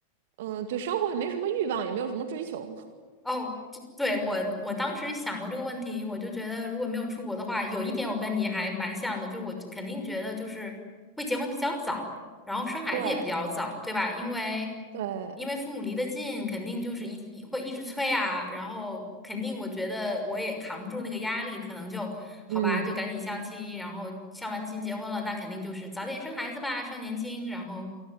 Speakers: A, on the right; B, in the centre.
A: 嗯，对生活也没什么欲望，也没有什么追求。
B: 哦，这对，我我当时想过这个问题，我就觉得如果没有出国的话，有一点我跟你还蛮像的，就是我肯定觉得就是会结婚比较早，然后生孩子也比较早，
A: 对
B: 对吧？因为
A: 对，
B: 因为父母离得近，肯定就是一一会一直催啊，然后肯定我觉得我也扛不住那个压力，可能就好吧，
A: 嗯
B: 就赶紧相亲，然后相完亲结婚了，那肯定就是早点生孩子吧，趁年轻，然后